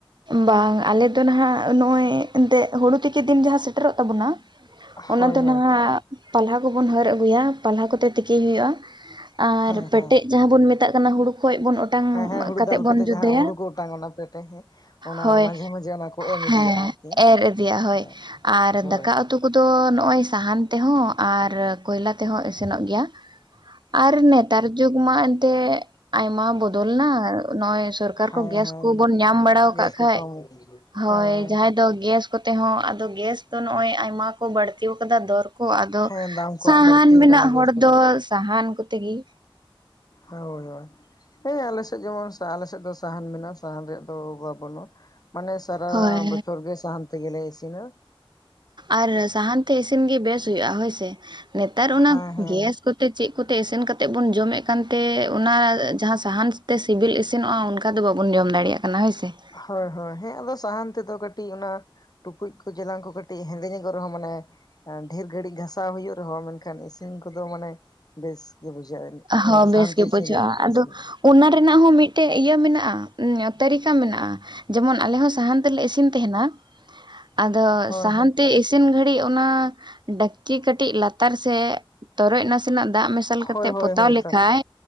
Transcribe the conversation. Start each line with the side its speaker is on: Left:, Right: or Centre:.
Right: ᱵᱟᱝ ᱟᱞᱮ ᱫᱚ ᱱᱟᱦᱜ ᱱᱚᱜᱼᱚᱭ ᱮᱱᱛᱮ ᱦᱩᱲᱩ ᱛᱤᱠᱤ ᱫᱤᱱ ᱡᱟᱦᱟᱸ ᱥᱮᱴᱮᱨᱚᱜ ᱛᱟᱵᱚᱱᱟ,
Left: ᱦᱳᱭ
Right: ᱚᱱᱟ ᱫᱚ
Left: ᱦᱳᱭ
Right: ᱱᱟᱦᱜ ᱯᱟᱞᱦᱟ ᱠᱚᱵᱚᱱ ᱦᱟᱹᱨ ᱟᱹᱜᱩᱭᱟ, ᱯᱟᱞᱦᱟ ᱠᱚᱛᱮ ᱛᱤᱠᱤᱭ ᱦᱩᱭᱩᱜᱼᱟ ᱾ ᱟᱨ
Left: ᱦᱮᱸ
Right: ᱯᱮᱴᱮᱡ
Left: ᱦᱮᱸ
Right: ᱡᱟᱦᱟᱸ ᱵᱚᱱ ᱢᱮᱛᱟᱜ ᱠᱟᱱᱟ, ᱦᱳᱲᱩ ᱠᱷᱚᱱ ᱵᱚᱱ ᱚᱴᱟᱝ
Left: ᱦᱮᱸ ᱦᱮᱸ ᱦᱩᱲᱩ
Right: ᱠᱟᱛᱮ
Left: ᱫᱟᱞ
Right: ᱵᱚᱱ
Left: ᱠᱚᱛᱮ
Right: ᱡᱩᱫᱽᱫᱷᱟᱹᱭᱟ,
Left: ᱡᱟᱦᱟᱸ ᱦᱩᱲᱩ ᱠᱚ ᱚᱴᱟᱝ ᱚᱱᱟ ᱯᱮᱴᱮ ᱦᱮᱸ ᱚᱱᱟ
Right: ᱦᱳᱭ,
Left: ᱢᱟᱡᱷᱮ ᱢᱟᱡᱷᱮ ᱚᱱᱟ ᱠᱚ ᱮᱢ
Right: ᱦᱮᱸ,
Left: ᱤᱫᱤᱭᱟᱜᱼᱟ ᱟᱨᱠᱤ
Right: ᱮᱨ ᱤᱫᱤᱭᱟ ᱦᱳᱭ
Left: ᱦᱮᱸ
Right: ᱟᱨ
Left: ᱦᱳᱭ
Right: ᱫᱟᱠᱟ ᱩᱛᱩ ᱩᱛᱩ ᱠᱚᱫᱚ ᱱᱚᱜᱼᱚᱭ ᱥᱟᱦᱟᱱ ᱛᱮᱦᱚᱸ ᱟᱨ ᱠᱚᱭᱞᱟ ᱛᱮᱦᱚᱸ ᱤᱥᱤᱱᱚᱜ ᱜᱮᱭᱟ ᱾ ᱟᱨ ᱱᱮᱛᱟᱨ ᱡᱩᱜᱽ ᱢᱟ ᱮᱱᱛᱮ ᱟᱭᱢᱟ ᱵᱚᱫᱚᱞᱱᱟ ᱱᱚᱜᱼᱚᱭ ᱥᱚᱨᱠᱟᱨ
Left: ᱦᱮᱸ
Right: ᱠᱚ ᱜᱮᱥ
Left: ᱦᱮᱸ
Right: ᱠᱚᱵᱚᱱ ᱧᱟᱢ ᱵᱟᱲᱟ ᱟᱠᱟᱫ
Left: ᱜᱮᱥ ᱠᱚ
Right: ᱠᱷᱟᱡ,
Left: ᱠᱚᱢ
Right: ᱦᱳᱭ
Left: ᱦᱮᱸ
Right: ᱡᱟᱦᱟᱸᱭ ᱫᱚ ᱜᱮᱥ ᱠᱚᱛᱮ ᱦᱚᱸ, ᱟᱫᱚ ᱜᱮᱥ ᱫᱚ ᱱᱚᱜᱼᱚᱭ ᱟᱭᱢᱟ ᱠᱚ ᱵᱟᱹᱲᱛᱤ ᱟᱠᱟᱫᱟ ᱫᱚᱨ ᱠᱚ ᱟᱫᱚ
Left: ᱦᱮᱸ ᱫᱟᱢ ᱠᱚ
Right: ᱥᱟᱦᱟᱱ
Left: ᱦᱟᱸᱜ ᱵᱟᱹᱲᱛᱤ
Right: ᱢᱮᱱᱟᱜ
Left: ᱟᱠᱟᱱᱟ ᱜᱮᱥ
Right: ᱦᱚᱲ
Left: ᱠᱚᱨᱮ
Right: ᱫᱚ ᱥᱟᱦᱟᱱ ᱠᱚᱛᱮ ᱜᱮ ᱾
Left: ᱦᱳᱭ ᱦᱳᱭ ᱾ ᱦᱮᱸ, ᱟᱞᱮ ᱥᱮᱫ ᱡᱮᱢᱚᱱ ᱟᱞᱮ ᱥᱮᱫ ᱫᱚ ᱥᱟᱦᱟᱱ ᱢᱮᱱᱟᱜᱼᱟ, ᱥᱟᱦᱟᱱ ᱨᱮᱭᱟᱜ ᱫᱚ ᱚᱵᱷᱟᱵ ᱵᱟᱹᱱᱩᱜᱼᱟ ᱾ ᱢᱟᱱᱮ ᱥᱟᱨᱟ
Right: ᱦᱳᱭ
Left: ᱵᱚᱪᱷᱚᱨ ᱜᱮ ᱥᱟᱦᱟᱱ ᱛᱮ ᱜᱮᱞᱮ ᱤᱥᱤᱱᱟ ᱾
Right: ᱟᱨ ᱥᱟᱦᱟᱱ ᱛᱮ ᱤᱥᱤᱱ ᱜᱮ ᱵᱮᱥ ᱦᱩᱭᱩᱜᱼᱟ ᱦᱳᱭ ᱥᱮ, ᱱᱮᱛᱟᱨ ᱚᱱᱟ
Left: ᱦᱮᱸ ᱦᱮᱸ
Right: ᱜᱮᱥ ᱛᱮ ᱪᱮᱫ ᱠᱚᱛᱮ ᱤᱥᱤᱱ ᱠᱟᱛᱮ ᱵᱚᱱ ᱡᱚᱢᱮᱫ ᱠᱟᱱᱛᱮ ᱚᱱᱟ ᱡᱟᱦᱟᱸ ᱥᱟᱦᱟᱱ ᱛᱮ ᱥᱤᱵᱤᱞ ᱤᱥᱤᱱᱚᱜᱼᱟ, ᱚᱱᱠᱟ ᱫᱚ ᱵᱟᱵᱚᱱ ᱡᱚᱢ ᱫᱟᱲᱮᱭᱟᱜ ᱠᱟᱱᱟ ᱦᱳᱭ ᱥᱮ ᱾
Left: ᱦᱳᱭ ᱦᱳᱭ, ᱦᱮᱸ ᱟᱫᱚ ᱥᱟᱦᱟᱱ ᱛᱮᱫᱚ ᱠᱟᱹᱴᱤᱡ ᱚᱱᱟ ᱴᱩᱠᱩᱡ ᱠᱚ ᱪᱮᱞᱟᱝ ᱠᱚ ᱠᱟᱹᱴᱤᱡ ᱦᱮᱸᱫᱮ ᱧᱚᱜᱚᱜ ᱨᱮᱦᱚᱸ ᱢᱟᱱᱮ ᱰᱷᱮᱨ ᱜᱷᱟᱹᱲᱤᱡ ᱜᱷᱟᱥᱟᱣ ᱦᱩᱭᱩᱜ ᱨᱮᱦᱚᱸ, ᱢᱮᱱᱠᱷᱟᱱ ᱤᱥᱤᱱ ᱠᱚᱫᱚ ᱢᱟᱱᱮ ᱵᱮᱥ ᱜᱮ ᱵᱩᱡᱷᱟᱹᱜ
Right: ᱦᱚᱸ
Left: ᱥᱟᱦᱟᱱᱛᱮ
Right: ᱵᱮᱥ ᱜᱮ
Left: ᱤᱥᱤᱱ
Right: ᱵᱩᱡᱷᱟᱹᱜᱼᱟ ᱟᱫᱚ
Left: ᱨᱮ ᱾
Right: ᱚᱱᱟ ᱨᱮᱱᱟᱜ ᱦᱚᱸ ᱢᱤᱫᱴᱮᱡ ᱤᱭᱟᱹ ᱢᱮᱱᱟᱜᱼᱟ ᱛᱟᱹᱨᱤᱠᱟ ᱢᱮᱱᱟᱜᱼᱟ ᱾ ᱡᱮᱢᱚᱱ ᱟᱞᱮ ᱦᱚᱸ ᱥᱟᱦᱟᱱ ᱛᱮᱞᱮ ᱤᱥᱤᱱ ᱛᱟᱦᱮᱱᱟ, ᱟᱫᱚ
Left: ᱦᱳᱭ
Right: ᱥᱟᱦᱟᱱ
Left: ᱦᱳᱭ
Right: ᱛᱮ ᱤᱥᱤᱱ ᱜᱷᱟᱲᱤᱡ ᱚᱱᱟ ᱰᱮᱠᱪᱤ ᱠᱟᱹᱴᱤᱡ ᱞᱟᱛᱟᱨ ᱥᱮ ᱛᱚᱨᱚᱡ ᱱᱟᱥᱮ ᱱᱟᱜ ᱫᱟᱜ ᱢᱮᱥᱟ ᱥᱟᱞ
Left: ᱦᱳᱭ
Right: ᱠᱟᱛᱮ
Left: ᱦᱳᱭ
Right: ᱯᱚᱛᱟᱣ
Left: ᱦᱳᱭ
Right: ᱞᱮᱠᱷᱟᱡ
Left: ᱛᱚ